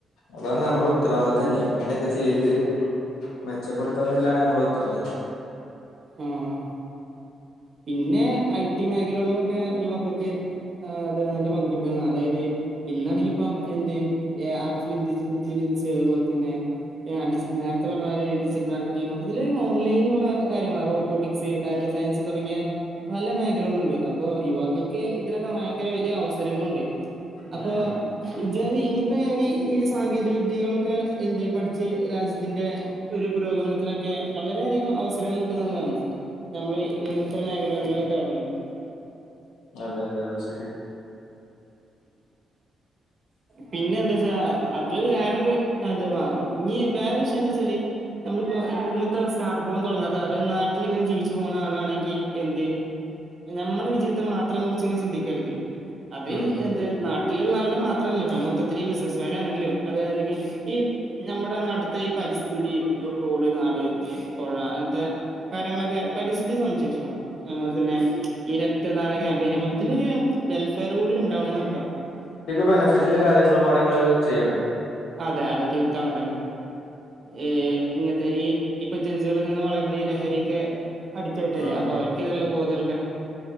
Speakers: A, on the left; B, on the right.
A: അതാണ് നമ്മൾ ഉത്തരവാദിത്തംഇനി
B: ഉം
A: അങ്ങനെയൊക്കെ ചെയ്ത് മെച്ചപ്പെടുത്തന്നില്ലാണ് നമ്മള് ഉത്തരവാദിത്വം
B: ആഹ് പിന്നെ ഐ. ടി മേഖലകിലൊക്കെ യുവാക്കൾക്ക് ആ അതെ നല്ല പങ്കുണ്ട്, അതായത് ഇന്നാണെങ്കിപ്പ എന്ത് ആർട്ടിഫിഷ്യൽ <unintelligible> <unintelligible> ഡിജിറ്റ് നേരത്തെ പറഞ്ഞമാരി ഡിജിറ്റൽ മാർക്കറ്റിംഗ് മൊത്തത്തിലൊരോൺലൈനുള്ള കാര്യങ്ങളാ റോബോട്ടിക്സ്, ഡാറ്റാ സയൻസ് തുടങ്ങിയ, പല മേഖലകളുണ്ട് അപ്പോ യുവാക്കൾക്ക് ഇതിനൊക്കെ ഭയങ്കര വലിയ അവസരങ്ങളുണ്ട് അപ്പൊ
A: ഉം
B: ഇജ്ജാതി <unintelligible> ഈ സാങ്കേതിക വിദ്യകളൊക്കെ എന്ത് പഠിച്ച് രാജ്യത്തിന്റെ ഒരു പുരോഗമനത്തിനൊക്കെ വളരെയധികം <unintelligible> <unintelligible> ഇങ്ങൻത്തെരു മേഖലകളിലൊക്കെ തൊടങ്ങുമ്പോ
A: അതെ അതെ അതെ ശരിയ
B: പിന്നെന്താ വച്ചാ അത് വേറൊരു അങ്ങൻത്തഭാഗം, ഇനി വേറെ വിഷയം എന്താ വെച്ചാല് നമ്മളിപ്പോ ഇങ്ങനത്തെ സ്റ്റാർട്ടപ്പുകളും തുടങ്ങാത്ത അതായത് നാട്ടിലിങ്ങനെ ജീവിച്ചു പോണ ആളാണെങ്കിൽ എന്ത് ഞമ്മടെ വിജയത്തെ മാത്രം കുറിച്ചങ്ങ് ചിന്തിക്കരുത് അത്
A: ഉം
B: എന്ത് നാട്ടിലുള്ള ആളുടെ മാത്രല്ലാട്ടോ മൊത്തത്തലീ ബിസിനസ്കാരാണെങ്കിലും <unintelligible> <unintelligible> നമ്മുടെ നാട്ട്ത്തെ ഈ പരിസ്ഥിതിയും തോട്, നാട്, പുഴ, അങ്ങനത്തെ കാര്യങ്ങളൊക്കെ പരിസ്ഥിതി സംരക്ഷണം, നമ്മുക്കിന്ന് ഈ രക്തദാന ക്യാമ്പയിന് മൊത്തത്തിലൊരു വെൽഫെയർ കൂടി ഉണ്ടാവണന്നർത്തം
A: ബെനഫിറ്റിള്ള കാര്യങ്ങളുംപാടെ ഞമ്മള് ചെയ്യണം
B: അതെ അതെ തീർത്തും അങ്ങെ തന്നെ ഏ ഇങ്ങനത്തെ ഈ ഇപ്പൊ ജൻസികളൊക്കെങ്ങനെ വളരുന്ന ഈ ലഹരിക്ക് അടിക്റ്റായിട്ടല്ലേ
A: ആഹ്
B: അപ്പൊ അവർക്കത്തിനുള്ള ബോധവൽ